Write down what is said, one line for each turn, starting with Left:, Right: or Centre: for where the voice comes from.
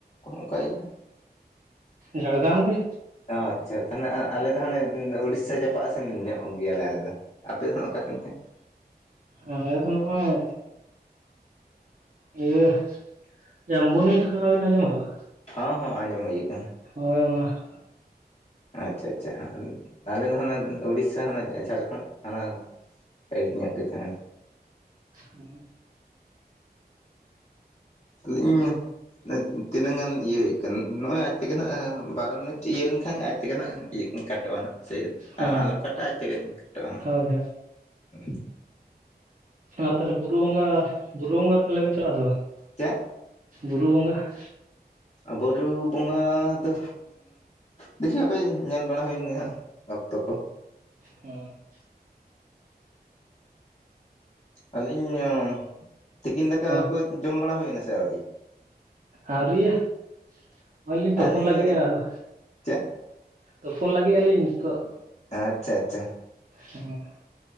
Left: ᱚᱠᱟ ᱤᱭᱟᱹ
Right: ᱡᱷᱟᱲᱜᱟᱢ ᱜᱮ᱾
Left: ᱚ ᱟᱪᱪᱷᱟ ᱛᱟᱦᱚᱞᱮ ᱟᱞᱮ ᱫᱚ ᱦᱟᱱᱮ ᱩᱲᱤᱥᱥᱟ ᱡᱟᱯᱟᱜᱼᱟ ᱥᱮᱱ ᱧᱚᱜ ᱜᱮᱭᱟᱞᱮ ᱟᱞᱮ ᱫᱚ᱾ ᱟᱯᱮ ᱫᱚ ᱚᱠᱟᱥᱮᱱ ᱠᱷᱚᱱ <unintelligible>
Right: ᱟᱰᱮ ᱫᱚ ᱱᱚᱜᱼᱚᱭ ᱤᱭᱟᱹ ᱡᱟᱢᱵᱚᱱᱤ ᱛᱷᱟᱱᱟ ᱵᱤᱱ ᱟᱸᱡᱚᱢ ᱟᱠᱟᱫᱟ?
Left: ᱦᱚᱸ ᱦᱚᱸ ᱟᱸᱡᱚᱢ ᱮ ᱟᱠᱟᱱᱟ᱾
Right: ᱦᱚᱭ ᱚᱱᱟᱼᱼ
Left: ᱟᱪᱪᱷᱟ ᱟᱪᱪᱷᱟ ᱛᱟᱦᱞᱮ ᱫᱚ ᱡᱠ ᱩᱲᱤᱥᱥᱟ ᱦᱟᱱᱟ ᱡᱷᱟᱲᱠᱷᱚᱸᱰ ᱦᱟᱱᱟ <unintelligible>
Right: ᱦᱮᱸ <unintelligible>
Left: ᱤᱧ <unintelligible> ᱛᱤᱱᱟᱹᱜ ᱜᱟᱱ ᱤᱭᱟᱹ ᱦᱩᱭᱩᱜ ᱠᱟᱱᱟ, ᱱᱚᱜᱼᱚᱭ ᱟᱡᱽ ᱛᱮᱜᱮ ᱱᱟᱜ ᱵᱟᱨᱚ ᱢᱤᱱᱤᱴ ᱤᱭᱟᱹ ᱞᱮᱱᱠᱷᱟᱱ ᱟᱡᱽ ᱛᱮᱜᱮ ᱱᱟᱜᱼᱼ ᱠᱟᱴᱟᱜ-ᱟ ᱦᱟᱸᱜ
Right: ᱦᱚᱸ
Left: ᱟᱞᱚᱢ ᱠᱟᱴᱟᱜᱼᱟ, ᱟᱡ ᱛᱮᱜ ᱠᱟᱴᱟᱜᱼᱟ ᱦᱟᱸᱜ
Right: ᱦᱳᱭ ᱦᱳᱭ
Left: ᱦᱩᱸ
Right: ᱟᱨ ᱛᱟᱦᱚᱞᱮ ᱵᱩᱨᱩ ᱵᱚᱸᱜᱟ ᱵᱩᱨᱩ, ᱵᱚᱸᱜᱟ ᱛᱟᱦᱚᱞᱮ ᱵᱮᱱ ᱪᱟᱞᱟᱜ ᱟᱥᱮ ᱵᱟᱝ?
Left: ᱪᱮᱫ?
Right: ᱵᱩᱨᱩ ᱵᱚᱸᱜᱟ
Left: ᱵᱩᱨᱩ ᱵᱚᱸᱜᱟ ᱫᱚᱼᱼ ᱫᱤᱭᱮ ᱦᱟᱯᱮ ᱧᱮᱞ ᱵᱟᱲᱟ ᱦᱩᱭ ᱞᱮᱜᱮ ᱦᱟᱸᱜ ᱚᱠᱛᱚ ᱠᱚ᱾
Right: ᱦᱮᱸ <unintelligible>
Left: ᱟᱹᱞᱤᱧ ᱛᱤᱠᱤᱱ ᱫᱟᱠᱟ
Right: ᱦᱚᱸ
Left: ᱠᱚ ᱡᱚᱢ ᱵᱟᱲᱟ ᱦᱩᱭᱱᱟ ᱥᱮ ᱟᱣᱨᱤ?
Right: ᱟᱹᱣᱨᱨᱤᱭᱟ, ᱱᱚᱜᱼᱚᱭ ᱞᱤᱧ ᱛᱩᱯᱳᱱ
Left: ᱟᱹᱞᱤᱧ
Right: ᱞᱟᱹᱜᱤᱫᱼᱟ ᱟᱫᱚᱼᱼ
Left: ᱪᱮᱫ
Right: ᱛᱚ ᱯᱷᱳᱱ ᱞᱟᱹᱜᱤᱫ ᱟᱹᱞᱤᱧ ᱱᱤᱛᱚᱜ᱾
Left: ᱟᱪᱪᱷᱟ ᱟᱪᱪᱷᱟ
Right: ᱦᱩᱸ <unintelligible>